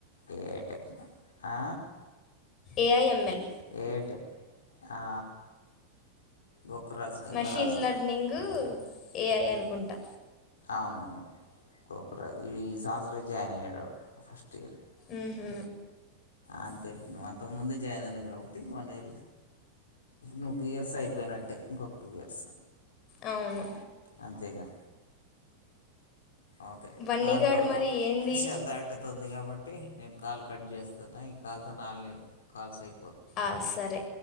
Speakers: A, on the left; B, on the left.
A: ఏటెక్ ఆ
B: ఏఐ ఎంఎల్
A: ఏఐ టెక్ ఆ గోకురాజు గంగరాజులు
B: మెషిన్ లెర్నింగ్, ఏ ఐ అనుకుంటా
A: అవునవును కోకరాజ ఈ ఈ సంవత్సరం జాయిన్ అయ్యాడు ఫస్ట్ ఇయర్
B: ఊహూ
A: అంతే నువ్వంతకు ముందే జాయిన్ అయినవు కాబట్టి వన్ ఇయర్ నువ్వు టూ ఇయర్స్ అయిపోయినట్టే. ఇంకొక టూ ఇయర్స్
B: అవును
A: అంతేగా ఓకే
B: బన్నీగాడు
A: కాలు పదకొండు
B: మరి ఏంది
A: నిమిషాలు దాటుతుంది గా? కాబట్టి నేను కాల్ కట్ చేస్తున్నా ఈ కాల్తో నాలుగు కాల్స్ అయిపో
B: ఆ సరే